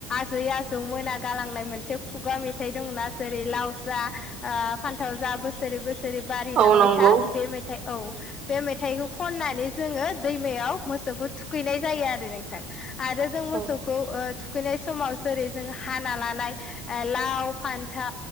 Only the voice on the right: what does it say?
औ
नंगौ
औ